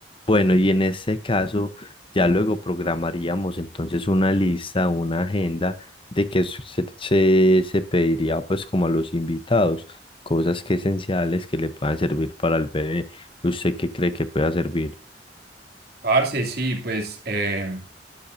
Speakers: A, on the left; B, on the right.
A: bueno, y en ese caso, ya luego programaríamos entonces una lista, una agenda de que se, se, se pediría pues como a los invitados, cosas que esenciales que le puedan servir para el bebé. ¿Usted qué cree que pueda servir?
B: Parce, sí, pues. em,